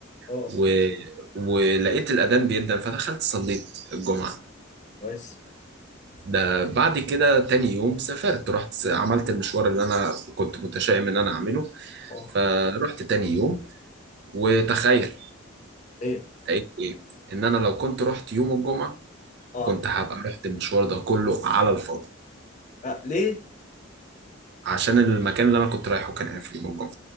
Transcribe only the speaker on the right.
و... ولقيت الأذان بيدن فدخلت صليت الجمعة
فده بعد كده تاني يوم سافرت رحت عملت المشوار اللي أنا كنت متشائم إن أنا أعمله
فرحت تاني يوم وتخيل
لقيت ايه ان انا لو كنت رحت يوم الجمعه
كنت هبقى رحت المشوار ده كله على الفاضي
عشان المكان اللي انا كنت رايحه كان قافل يوم الجمعه